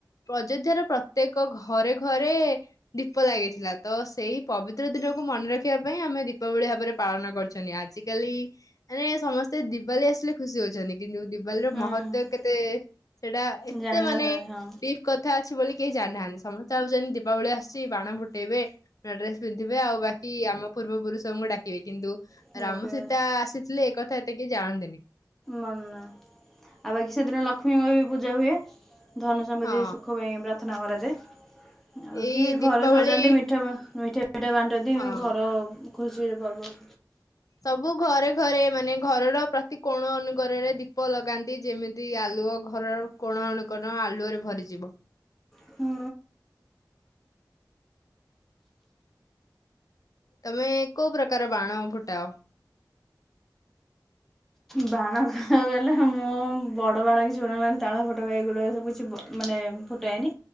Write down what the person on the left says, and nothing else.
ଅଯୋଧ୍ୟାର ପ୍ରତ୍ୟେକ ଘରେ ଘରେ ଦୀପ ଲାଗିଥିଲା ତ ସେଇ ପବିତ୍ର ଦିନକୁ ମନେ ରଖିବା ପାଇଁ ଆମେ ଦୀପାବଳି ଭାବରେ ପାଳନ କରିୁଛନ୍ତି ଆଜିକାଲି ମାନେ ସମସ୍ତେ ଦିିବାଲି ଆସିଲେ ଖୁସି ହଉଛନ୍ତି କିନ୍ତୁ ଦିିବାଲିର
ମହତ୍ୱ କେତେ ସେଇଟା ଏତେ
ମାନେ
ଡିପ୍ କଥା ଅଛି ବୋଲି କେହି ଜାଣିନାହାନ୍ତି ସମସ୍ତେ ଭାବୁଛନ୍ତି ଦୀପାବଳି ଆଶୁଛି ବାଣ ଫୁଟେଇବେ ନୂଆ ଡ୍ରେସ ପିନ୍ଧିବେ ଆଉ ବାକି ଆମ ପୂର୍ବ ପୁରୁଷ ସଙ୍କୁ ଡାକିବେ କିନ୍ତୁ
ରାମ
ସୀତା ଆସି ଏକଥା ଏତେ କେହି ଜଣନ୍ତିନି।
ହଁ
ଏଇ
ଦୀପାବଳି
ହଁ
ସବୁ ଘରେ ଘରେ ମାନେ ଘରର ପ୍ରତି କୋଣ ଅନଣୁଗରରେ ଦୀପ ଲଗାନ୍ତି ଯେମିତି ଆଲୁଅ ଘରର କୋଣ ଅନୁକୋଣ ଆଲୁଅରେ ଭରିଯିବ।
ତମେ କଉ ପ୍ରକାର ବାଣ ଫୁଟାଅ?